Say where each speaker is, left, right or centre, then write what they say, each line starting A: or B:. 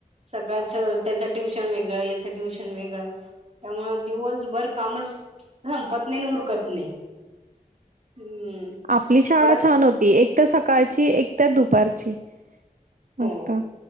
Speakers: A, on the right; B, on the right.
A: सकाळच त्याचं ट्युशन वेगळं याचं ट्युशन वेगळं त्यामुळे दिवसभर कामच संपत नाही उरकत नाही हम्म
B: आपली शाळा
A: थोडाच
B: छान होती एक तर सकाळची एकत दुपारची मस्त.
A: हो